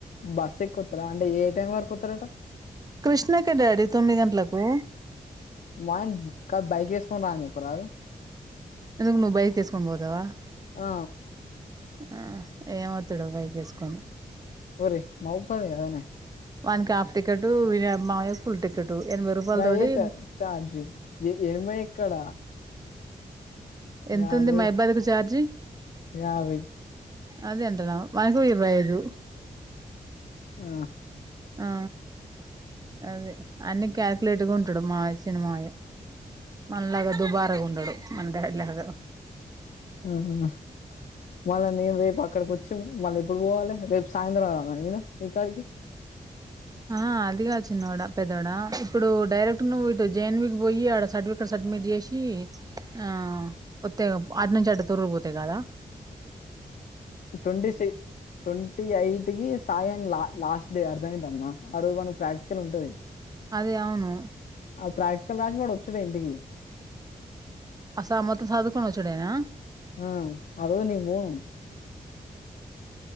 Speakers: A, on the left; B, on the right.
A: బస్సు ఎక్కి వస్తారా అంటే ఏ టైం వరకు వతారట
B: కృష్ణకే డాడీ తొమ్మిది గంటలకు
A: మాయన్ కా బైక్ వేసుకొని రాని చెప్పు రాదు
B: ఎందుకు నువ్వు బైక్ వేసుకొని పోతావా
A: ఆ
B: ఆ ఏం వత్తడో బైక్ వేసుకొని
A: ఒరేయ్ మహాబాబాద్ గాధ నే
B: వానికి హాఫ్ టికెట్ వి మా మావయ్యకు ఫుల్ టికెట్ ఎనభై రూపాయల
A: గయే
B: తోటి
A: చార్జి ఏం ఏమో ఎక్కడ
B: ఎంత
A: యాభై
B: ఉంది మహాబాబాద్ కి చార్జి
A: యాభై
B: అదేంటనా వానికో ఇరవై ఐదు
A: ఆ
B: ఆ అదే అన్ని క్యాలిక్యులేట్ గా ఉంటాడు మామయ్య చిన్న మామయ్య మనలాగా దుబారాగా ఉండడు మన డాడీ లాగా
A: ఊహు మళ్ళా నేను రేపు అక్కడి కి వచ్చి మళ్ళీ ఎప్పుడు పోవాలి రేపు సాయంత్రం రావల్ల నేను నీ కాడికి
B: ఆ అదిగాదు చిన్నోడా పెద్దోడా ఇప్పుడు డైరెక్ట్ నువ్వు ఇటు జేన్వికి పోయి ఆడ సర్టిఫికెట్ సబ్మిట్ చేసి ఆ వొత్తె అటు నుంచి అటు తొరగపోతే కాదా
A: టొంటీ సి టొంటీ ఎయిట్ కి సాయన్లా లాస్ట్ డే అర్థమయితాంద ఆ రోజు మనకు ప్రాక్టికల్ ఉంటది
B: అదే అవును
A: ఆ ప్రాక్టికల్ రాసినోడు చుడే ఇంటికి
B: అస మొత్తం సర్దుకొని వొచ్చుడేనా
A: ఆ ఆ రోజు నేను పోను